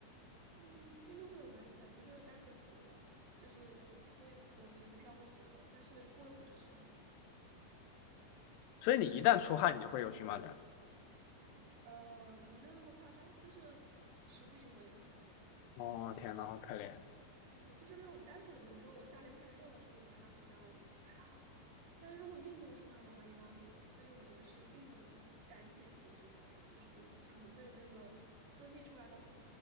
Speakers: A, on the right; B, on the left.
A: 嗯，运动没有关系啊，它就是单纯的起包，就是它会，我皮肤上会起包，但是过一会儿就消了。
B: 所以你一旦出汗，你就会有荨麻疹。
A: 呃，也没有那么夸张，就是时不时会有。<laughs>
B: 哦，天呐，好可怜！
A: 对，就是那种单纯的，比如说我夏天太热了，出一点汗好像还好，但是如果运动出汗的话，一般会有。所以我觉得是运动性胆碱性荨麻疹，就是可能对那个分泌出来的，